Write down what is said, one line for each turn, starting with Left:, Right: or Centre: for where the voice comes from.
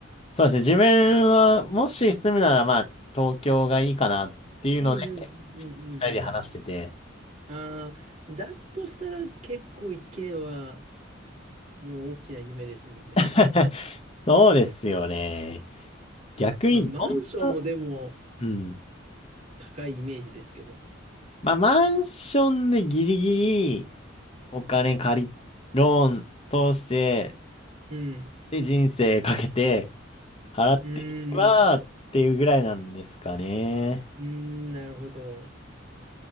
Left: そうですね。自分は、もし住むなら、まあ、東京がいいかなっていうので、
Right: うんうんうんうんうんうん。
Left: 二人で話してて。
Right: ああ、だとしたら結構一軒はもう大きな夢ですもんね。
Left: <laughs> そうですよね。逆にどんな、
Right: まあ、マンションもでも、
Left: うん。
Right: 高いイメージですけど。
Left: まあ、マンションでギリギリお金借り、ローン通して、
Right: うん。
Left: で、人生かけて払っていけばっていうぐらいなんですかね。
Right: うーん。うーん、なるほど。